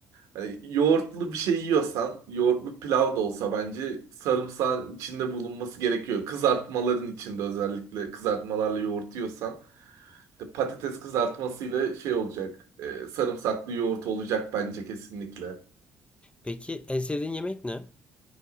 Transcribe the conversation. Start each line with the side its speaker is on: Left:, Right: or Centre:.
Right: hani yoğurtlu bir şey yiyorsan yoğurtlu pilav da olsa bence sarımsağın içinde bulunması gerekiyor. Kızartmaların içinde özellikle kızartmalarla yoğurt yiyorsan işte patates kızartmasıyla şey olacak. e, sarımsaklı yoğurt olacak bence kesinlikle.
Left: Peki en sevdiğin yemek ne?